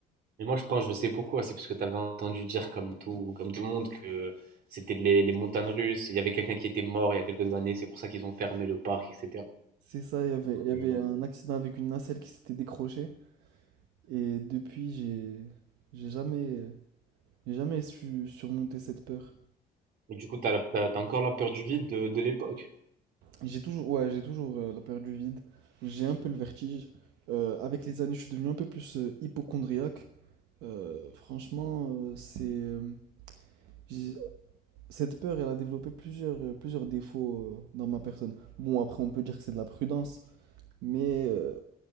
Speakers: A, on the right (about 65°); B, on the right (about 80°).
A: Mais moi, je pense, je sais pourquoi. C'est parce que tu avais entendu dire, comme tout, comme tout le monde, que c'était les, les montagnes russes. Il y avait quelqu'un qui était mort il y a quelques années. C'est pour ça qu'ils ont fermé le parc, etc.
B: C'est ça, il y avait, il y avait
A: Euh,
B: un accident avec une nacelle qui s'était décrochée. Et depuis, j'ai, j'ai jamais, j'ai jamais su surmonter cette peur.
A: Et du coup, tu as, encore la peur du vide de, de l'époque.
B: J'ai toujours, ouais, j'ai toujours euh, la peur du vide. J'ai un peu le vertige. Euh, avec les années, je suis devenu un peu plus euh, hypochondriaque. Euh, franchement, euh, c'est, euh, j'ai- cette peur, elle a développé plusieurs, euh, plusieurs défauts euh, dans ma personne. Bon, après, on peut dire que c'est de la prudence, mais euh,